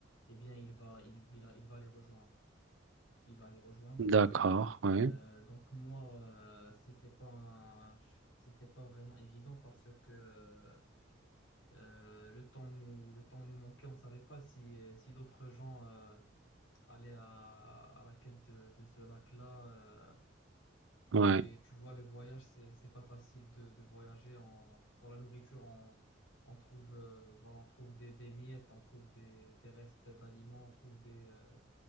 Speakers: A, on the left; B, on the right.
A: eh bien, il va, il, il, il va les rejoindre. Il va les rejoindre.
B: d'accord, ouais,
A: Euh, donc moi, euh, c'était pas, un- c'était pas vraiment évident parce que euh, euh, le temps nous, le temps nous manquait, on ne savait pas si, euh, si d'autres gens euh, allaient à, à la quête de, de ce lac-là.
B: ouais.
A: euh. et tu vois, le voyage, c'est, c'est pas facile de, de voyager en, pour la nourriture. On, on trouve, euh, voilà, on trouve des, des miettes, on trouve des, des restes d'aliments, on trouve des, euh,